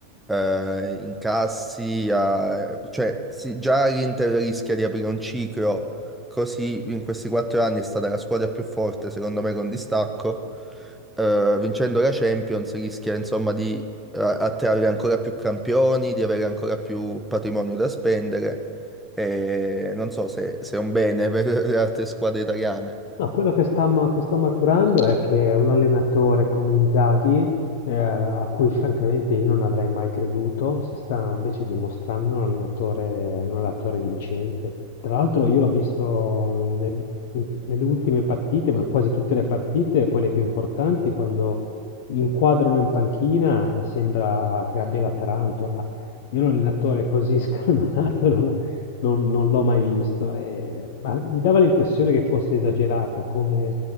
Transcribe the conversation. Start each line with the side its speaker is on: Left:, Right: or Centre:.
Centre: eh, incassi, a- cioè sì, già l'Inter rischia di aprire un ciclo, così in questi quattro anni è stata la squadra più forte secondo me con distacco, Eh, vincendo la Champions rischia insomma di a- attrarre ancora più campioni, di avere ancora più patrimonio da spendere. E non so se, se è un bene per le altre squadre italiane.
Left: No, quello che sta ma- che sto maturando è che un allenatore come Inzaghi, eh, a cui francamente io non avrei mai creduto, si sta invece dimostrando un allenatore, un allenatore vincente. Tra l'altro io l'ho visto nel- nelle ultime partite, ma quasi tutte le partite, quelle più importanti, quando inquadrano in panchina sembra che abbia la tarantola. Io un allenatore così <laughs> scalmanato non, non non l'ho mai visto, ehm, ma mi dava l'impressione che fosse esagerata come